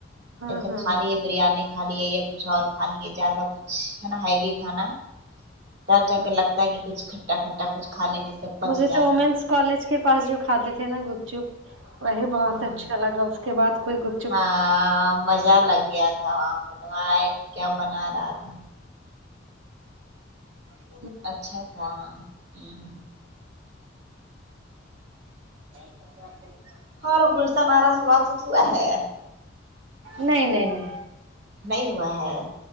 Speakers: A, on the right; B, on the right.
A: ہاں
B: جیسے
A: ہاں
B: کھالی بریانی کھا لیے یا کچھ اور کھا لیے جیادہ کچھ ہے نا ہیوی کھانا تب جا
A: ہاں
B: کے لگتا ہے کہ کچھ کھٹا کھٹا کچھ کھالیں جس سے پچ
A: مجھے
B: جائے
A: تو وومینس کالج کے پاس جو کھاتے تھے نا گپ چپ وہی بہت
B: ہاں
A: اچھا لگا اس کے بعد کوئی گپت
B: ہاں مزہ لگ گیا تھا وائٹ کیا بنا رہا تھا
A: ا <inaudible>
B: اچھا تھا ہوں
A: <inaudible>
B: اور گلسہ نارا سے بات ویت ہوا ہے
A: نہیں نہیں نہیں
B: نہیں ہوا ہے